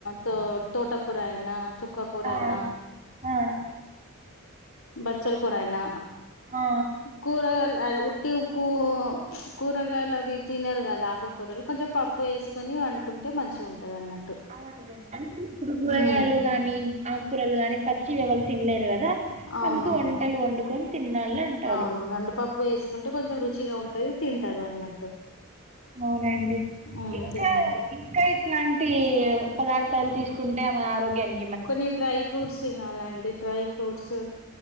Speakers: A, on the left; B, on the right.
A: తో తోటకూర అయినా చుక్క కూర
B: ఆ
A: అయినా
B: ఆ
A: బచ్చలు కూరయినా
B: ఆ
A: కూరగా టి కూ కూరగాయలు అవి తినారు కదా ఆకుకూరలు కొంచెం పప్పు వేసుకొని వండుకుంట అ మంచి ఉంటుది అన్నట్టు
B: అవున అంటే ఇప్పుడు కూరగాయలు
A: ఉమ్
B: గానీ ఆకూరలు గాని పచ్చి ఎవరు తినలేరు కదా
A: అవునవును
B: అందుకు వంటలు వండుకొని తినాలి అంటారు
A: అవును ఎంండపప్పు వేసుకుంటే కొంచెం రుచి మంచిగా ఉంటుంది తింటారు అన్నది
B: అవునండి
A: ఉమ్
B: ఇంకా
A: తినాలి
B: ఇంకా ఇట్లాంటి పదార్థాలు తీసుకుంటే మన ఆరోగ్యాన్ని
A: కొన్ని డ్రై ఫ్రూట్స్ తినాలండి డ్రై ఫ్రూట్స్